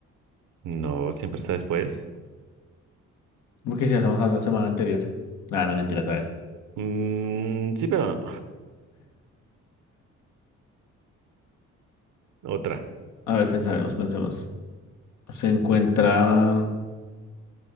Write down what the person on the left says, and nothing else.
¿Por qué si hacemos a la semana anterior? Nada, no, mentiras, a ver.
A ver, pensaremos, pensemos. Se encuentra